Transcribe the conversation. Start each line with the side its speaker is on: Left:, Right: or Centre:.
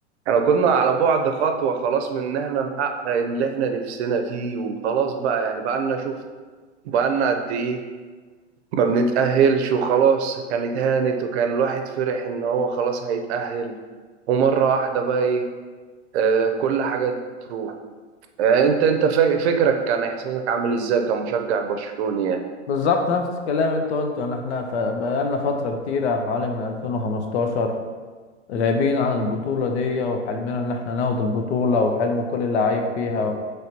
Right: احنا كنا على بعد خطوة خلاص من ان احنا نحقق اللي احنا نفسنا فيه وخلاص بقى يعني بقى لنا شوف بقى لنا قد ايه ما بنتأهلش وخلاص كانت هانت وكان الواحد فرح ان هو خلاص هيتأهل ومرة واحدة بقى ايه آه، كل حاجة تروح يعني انت انت فا- فكرك كان احساسك عامل ازاي كمشجع برشلوني يعني
Left: بالظبط نفس الكلام انت قلته ان احنا ف- بقالنا فترة كتيرة حوالي من 2015 غايبين عن البطولة دي وحلمنا ان احنا ناخد البطولة وحلم كل اللعيب فيها